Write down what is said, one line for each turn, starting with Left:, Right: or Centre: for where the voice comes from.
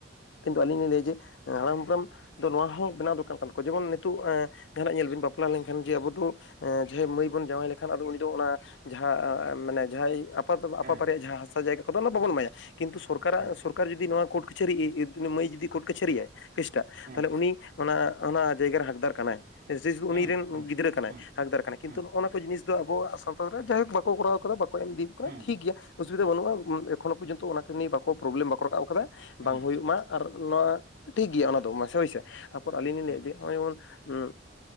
Left: ᱠᱤᱱᱛᱩ ᱟᱞᱤᱧ ᱞᱤᱧ ᱞᱟᱹᱭᱟ ᱡᱮ ᱦᱟᱲᱟᱢ ᱦᱟᱯᱲᱟᱢ ᱫᱚ ᱱᱚᱣᱟ ᱦᱚᱸ ᱵᱮᱱᱟᱣ ᱫᱚᱨᱠᱟᱨ ᱠᱟᱱ ᱛᱟᱠᱚᱣᱟ, ᱡᱮᱢᱚᱱ ᱱᱤᱛᱳᱜ ᱟ ᱡᱟᱦᱟᱱᱟᱜ ᱧᱮᱞ ᱵᱤᱱ ᱵᱟᱯᱞᱟ ᱞᱮᱝᱠᱷᱟᱱ ᱡᱮ ᱟᱵᱚ ᱫᱚ ᱮᱸ ᱡᱟᱦᱟᱸᱭ ᱢᱟᱹᱭ ᱵᱚᱱ ᱡᱟᱶᱟᱭ ᱞᱮᱠᱷᱟᱱ ᱟᱫᱚ ᱩᱱᱤ ᱫᱚ ᱚᱱᱟ ᱡᱟᱦᱟᱸ ᱟᱻ ᱢᱟᱱᱮ ᱡᱟᱦᱟᱸᱭ ᱟᱯᱟᱛ
Right: ᱦᱮᱸ
Left: ᱟᱯᱟ ᱵᱟᱨᱮᱭᱟᱜ ᱡᱟᱦᱟᱸ ᱦᱟᱥᱟ ᱡᱟᱭᱜᱟ ᱠᱚᱫᱚ ᱚᱱᱟ ᱵᱟᱵᱚᱱ ᱮᱢᱟᱭᱟ ᱾ ᱠᱤᱱᱛᱩ ᱥᱚᱨᱠᱟᱨᱟᱜ
Right: ᱦᱮᱸ
Left: ᱥᱚᱨᱠᱟᱨ ᱡᱩᱫᱤ ᱱᱚᱣᱟ ᱠᱳᱴ ᱠᱟᱹ ᱪᱟᱹᱨᱤ ᱤᱫ ᱢᱟᱹᱭ ᱡᱩᱫᱤ ᱠᱳᱴ ᱠᱟᱹᱪᱟᱹᱨᱤᱭᱟ ᱯᱮᱥᱴᱟᱜ
Right: ᱦᱮᱸ
Left: ᱛᱟᱦᱚᱞᱮ ᱩᱱᱤ ᱚᱱᱟ ᱚᱱᱟ ᱡᱟᱭᱜᱟᱨᱮ ᱦᱟᱠᱫᱟᱨ ᱠᱟᱱᱟᱭ ᱾ ᱡᱮᱡ ᱩᱱᱤ
Right: ᱦᱮᱸ
Left: ᱨᱮᱱ
Right: ᱦᱮᱸ
Left: ᱜᱤᱫᱽᱨᱟᱹ ᱠᱟᱱᱟᱭ
Right: ᱦᱮᱸ
Left: ᱦᱟᱠᱫᱟᱨ ᱠᱟᱱᱟᱭ ᱠᱤᱱᱛᱩ
Right: ᱦᱮᱸ
Left: ᱱᱚᱜᱼᱚ ᱱᱟ ᱠᱚ ᱡᱤᱱᱤᱥ ᱫᱚ ᱟᱵᱚᱣᱟᱜ ᱥᱟᱱᱛᱟ ᱨᱮ ᱡᱟᱭ ᱦᱳᱠ ᱵᱟᱠᱚ ᱠᱚᱨᱟᱣ ᱠᱟᱫᱟ ᱵᱟᱠᱚ ᱮᱢ ᱤᱫᱤᱣ ᱠᱚᱣᱟ
Right: ᱦᱮᱸ
Left: ᱴᱷᱤᱠ ᱜᱮᱭᱟ ᱚᱥᱩᱵᱤᱫᱟ ᱵᱟᱹᱱᱩᱜᱼᱟ ᱮᱠᱷᱚᱱᱳ ᱯᱚᱨᱡᱚᱱᱛᱚ ᱚᱱᱟ ᱠᱚ ᱱᱤᱭᱮ ᱵᱟᱠᱚ ᱯᱨᱚᱵᱞᱮᱢ ᱵᱟᱠᱚ ᱨᱟᱠᱟᱵ ᱠᱟᱫᱟ
Right: ᱦᱮᱸ
Left: ᱵᱟᱝ ᱦᱳᱭᱳᱜ ᱢᱟ ᱾ ᱟᱨ ᱚᱱᱟ ᱴᱷᱤᱠ ᱜᱮᱭᱟ ᱚᱱᱟᱫᱚ ᱢᱟᱥᱮ ᱦᱳᱭ ᱥᱮ, ᱛᱟᱯᱚᱨ ᱟᱹᱞᱤᱧ ᱞᱤᱧ
Right: ᱦᱮᱸ
Left: ᱞᱮᱭᱟ ᱡᱮ ᱦᱚᱜᱼᱚᱭ ᱡᱮᱢᱚᱱ ᱩᱸ